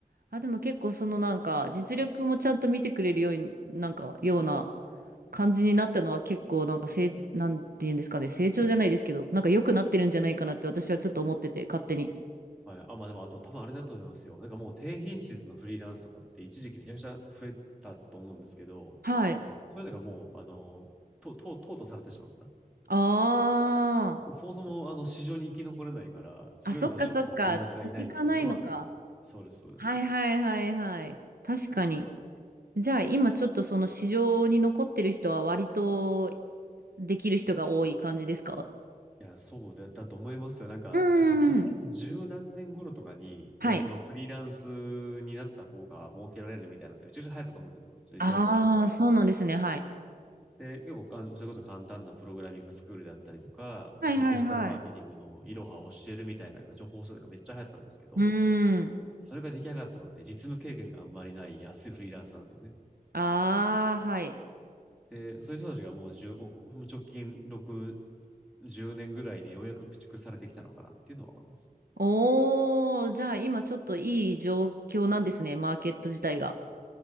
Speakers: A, on the right; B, in the centre.
A: あ、でも結構そのなんか実力もちゃんと見てくれるように、なんかような感じになったのは結構なんか成、なんて言うんですかね、成長じゃないですけど、なんか良くなってるんじゃないかなって私はちょっと思ってて、勝手に。
B: う。はい。あ、まあでも、あと多分あれだと思いますよ。なんかもう低品質のフリーランスとかって一時期めちゃくちゃ増えたと思うんですけど、
A: はい。
B: そういうのがもう、あの、と、と、淘汰されてしまった。
A: あ
B: そもそもあの市場に生き残れないから強い人しかもうフリーランスがいないっていうのは、
A: あ。あ、そっかそっか。続かないのか。
B: そうです、そうです。
A: はいはいはいはい。
B: い
A: 確かに。じゃあ今ちょっとその市場に残ってる人は割とできる人が多い感じですか
B: や、そうだ、だと思いますよ。なんか、
A: うーん。
B: なんか2010何年頃とかに、いや、
A: はい。
B: そのフリーランスになった方が儲けられるみたいなのってめちゃくちゃ流行ったと思うんですよ。そういう情報商材が。
A: ああ、そうなんですね。はい。
B: で、結構、あの、それこそ簡単なプログラミングスクールだったりとか、
A: はいはいはい。
B: まあそのデジタルマーケティングのいろはを教えるみたいなのが情報商材がめっちゃ流行ったんですけど、
A: うーん。
B: それが出来上がったのって実務経験があんまりない安いフリーランスなんですよね。
A: ああ、はい。
B: で、そういう人たちがもう1もう直近6、10年ぐらいでようやく駆逐されてきたのかなっていうのは思います。
A: おー、じゃあ今ちょっといい状況なんですね。マーケット自体が。